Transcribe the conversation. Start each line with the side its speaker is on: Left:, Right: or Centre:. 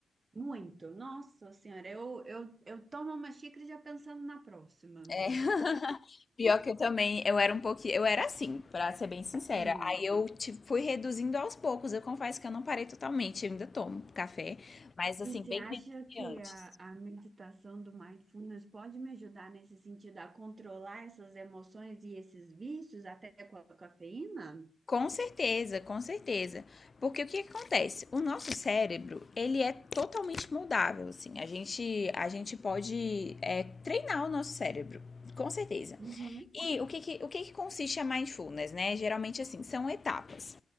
Right: Muito. Nossa Senhora, eu, eu, eu tomo uma xícara já pensando na próxima.
Left: É. <laughs> Pior que eu também, eu era um pouquinho, eu era assim, pra ser bem sincera.
Right: Hum.
Left: Aí eu tipo, fui reduzindo aos poucos. Eu confesso que eu não parei totalmente, eu ainda tomo café, mas assim,
Right: E
Left: bem
Right: você acha
Left: menos
Right: que
Left: que antes.
Right: a, a meditação do mindfulness pode me ajudar nesse sentido a controlar essas emoções e esses vícios, até com a cafeína?
Left: Com certeza, com certeza. Porque o que que acontece? O nosso cérebro, ele é totalmente moldável, assim. A gente, a gente pode é, treinar o nosso cérebro, com certeza.
Right: Uhum.
Left: E o que, que- o que, que consiste a mindfulness, né? Geralmente, assim, são etapas.